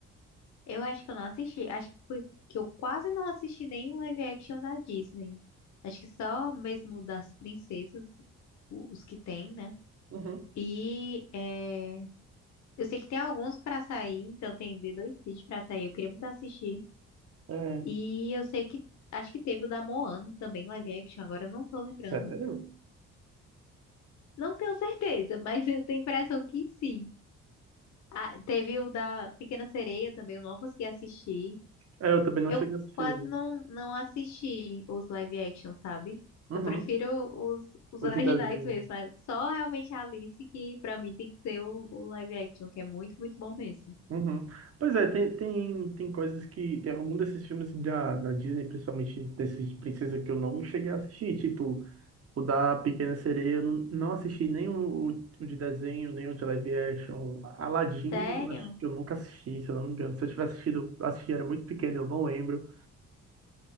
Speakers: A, on the left; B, on the right.
A: Eu acho que eu não assisti, acho que foi que eu quase não assisti nenhum live action da Disney. Acho que só mesmo das princesas, o- os que tem, né?
B: Uhum.
A: E é, eu sei que tem alguns pra sair, então tem The 2 cid pra sair, eu queria muito assistir.
B: É,
A: E eu sei que acho que teve o da Moana também, live action, agora eu não tô lembrando.
B: sério?
A: Não tenho certeza, <laughs> mas eu tenho a impressão que sim. Ah, teve o da Pequena Sereia também, eu não consegui assistir.
B: É, eu também não
A: Eu
B: cheguei a assistir.
A: quase não, não assisti os live action, sabe?
B: Uhum.
A: Eu prefiro os, os
B: Hoje
A: <laughs> originais
B: desenho.
A: mesmo, mas só realmente a Alice que pra mim tem que ser o, o live action, que é muito, muito bom mesmo.
B: Uhum. Pois é, tem, tem, tem coisas que. Tem algum desses filmes da, da Disney, principalmente desses princesa que eu não cheguei a assistir. Tipo, O da Pequena Sereia, eu não, não assisti nem o, o de desenho, nem o de live action. Aladdin,
A: Sério?
B: eu acho que eu nunca assisti, se eu não me engano. Se eu tivesse assistido, eu assisti, era muito pequeno, eu não lembro.